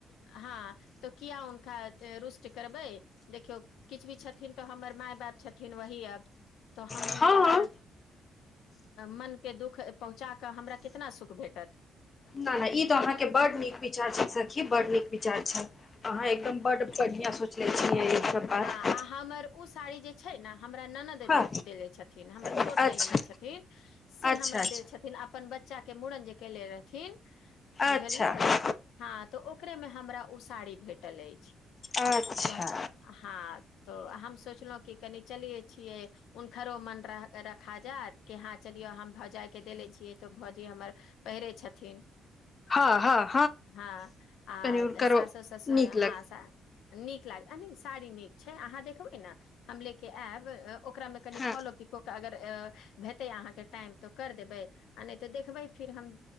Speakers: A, on the left; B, on the left.
A: हां तो किया हुनका रुष्ट करबै देखियो किछ भी छथिन तो हमर माय बाप छथिन वही अब तऽ हम
B: हँ
A: हुनका मन के दुःख पहुँचा कऽ हमरा कितना सुख भेटत
B: न नहि
A: हँ
B: ई तऽ अहाँके बड नीक विचार छै सखी बड नीक विचार छै अहाँ एकदम बड्ड पगीया सोचय छियै सब बात
A: हँ आ हमर ओ साड़ी जे छै ने हमरा ननद
B: हँ
A: देले छथिन हमर
B: अच्छा
A: छोट जे ननद छथिन से
B: अच्छा
A: हमरा
B: अच्छा
A: देल छथिन अपन बच्चा बच्चा के मुड़न जे केेले रहथिन
B: अच्छा
A: बुझलियै हँ तऽ ओकरे मे हमरा उ साड़ी भेटल अछि
B: अच्छा
A: तऽ हँ तो हम सोचलहुं कि कनि चलिये छियै हुनकरो मन रखा जायइत कि हँ चलियौ हम भौजाय के देले छियै तऽ भौजी हमर पहिरे छथिन
B: हँ हँ
A: हँ आ
B: तनि हुनकरो
A: सास ससुर
B: नीक लग
A: हँ नीक लाग साड़ी नीक छै अहाँ देखबै ने हम ले के आयब ओकरा मे कनि
B: हँ
A: फॉलो पिको अगर भेटययै अहा के टाइम त कर देवय नाइ त देखबय फिर हम